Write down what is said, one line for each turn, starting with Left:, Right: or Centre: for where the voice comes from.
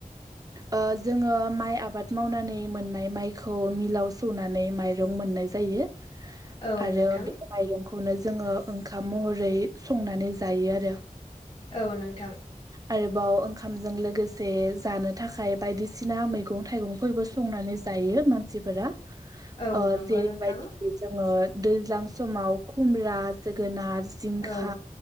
Right: ओ जोङो माइ आबाद मावनानै मोननाय माइखौ मिलाव सौनानै माइरं मोननाय जायो
Left: औ
Right: आरो
Left: नोंथां
Right: माइरंखौनो जोङो ओंखाम महरै संनानै जायो आरो।
Left: औ नोंथां।
Right: आरोबाव ओंखामजों लोगोसे जानो थाखाय बायदिसिना मैगं थाइगंफोरबो संनानै जायो मानसिफोरा
Left: औ
Right: ओ
Left: नंगौ
Right: जेरैबायदि
Left: नोंथां
Right: जोङो दैज्लां समाव खुमब्रा जोगोनार जिंखा
Left: औ